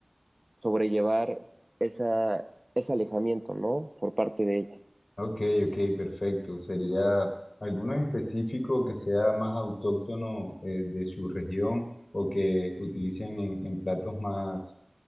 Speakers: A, on the right; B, on the left.
A: sobrellevar esa, ese alejamiento, ¿no? Por parte de ella.
B: Ok, ok, perfecto. ¿Sería alguno en específico que sea más autóctono eh, de su región o que utilicen en, en platos más,